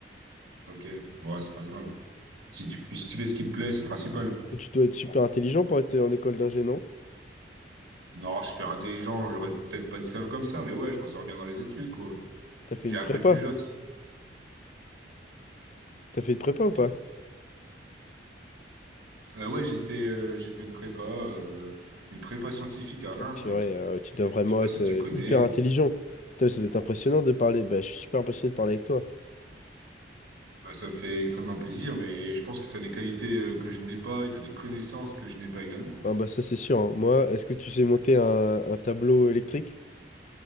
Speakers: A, on the right; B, on the left.
A: ok. Ouais, c'est pas grave. Si tu, si tu fais ce qui te plaît, c'est principal.
B: Tu dois être super intelligent pour être en école d'ingé, non?
A: Non, super intelligent, j'aurais peut-être pas dit ça comme ça, mais ouais, je m'en sors bien dans les études, quoi.
B: T'as fait
A: J'ai
B: une
A: un
B: prépa?
A: peu de jugeote.
B: T'as fait une prépa ou
A: Oui.
B: pas?
A: Euh, ouais, j'ai fait, euh, j'ai fait une prépa, euh, une prépa scientifique à Reims,
B: Oh purée,
A: mec.
B: euh, tu dois vraiment
A: Je sais pas
B: être
A: si tu
B: euh,
A: connais,
B: hyper intelligent. Putain, ça doit être impressionnant de parler. Bah, je suis super impressionné de parler avec toi.
A: Bah, ça me fait extrêmement plaisir, mais je pense que tu as des qualités euh, que je n'ai pas et tu as des connaissances que je n'ai pas également.
B: Ah bah ça, c'est sûr. hein. Moi, est-ce que tu sais monter un, un tableau électrique?